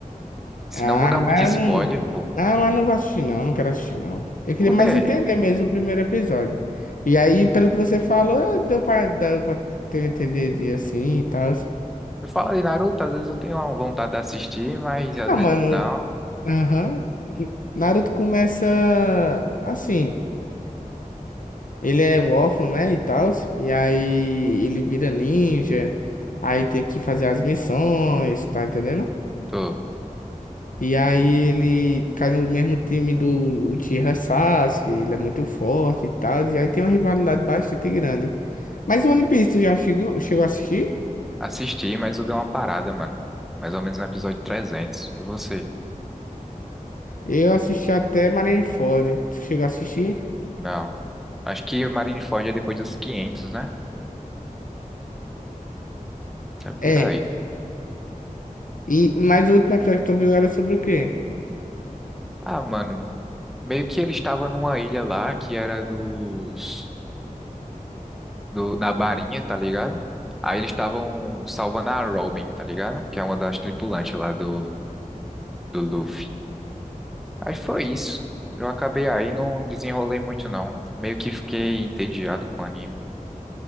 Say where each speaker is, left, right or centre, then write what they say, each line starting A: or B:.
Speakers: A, in the centre; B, on the left (about 70°).
A: Senão
B: Ah,
A: eu vou dar muito
B: mas
A: spoiler,
B: eu não.
A: pô.
B: Ah, mas não vou assistir, não, não quero assistir, não. Eu queria
A: Por
B: mais
A: quê?
B: entender mesmo o primeiro episódio. E aí, pelo que você falou, deu pra, deu pra ter entendido e assim e tal.
A: Me fala de Naruto, às vezes eu tenho uma vontade de assistir, mas às
B: Ah,
A: vezes
B: mano,
A: não.
B: aham. Naruto começa assim. Ele é um órfão, né, e tal, e aí ele vira ninja, aí tem que fazer as missões, tá entendendo?
A: Tô.
B: E aí ele cai no mesmo time do Uchiha Sasuke, ele é muito forte e tal, e aí tem uma rivalidade bastante grande. Mas o One Piece, tu já chegou, chegou a assistir?
A: Assisti, mas eu dei uma parada, mano. Mais ou menos no episódio 300. E você?
B: Eu assisti até Marineford, tu chegou a assistir?
A: Não. Acho que Marineford é depois dos 500, né? É
B: É,
A: por aí.
B: e, mas o último episódio que tu viu era sobre o quê?
A: Ah, mano. Meio que ele estava numa ilha lá que era dos... do- na barinha, tá ligado? Aí eles estavam salvando a Robin, tá ligado? Que é uma das tripulantes lá do, do Luffy. Aí foi isso. Eu acabei aí, não desenrolei muito não. Meio que fiquei entediado com o anime.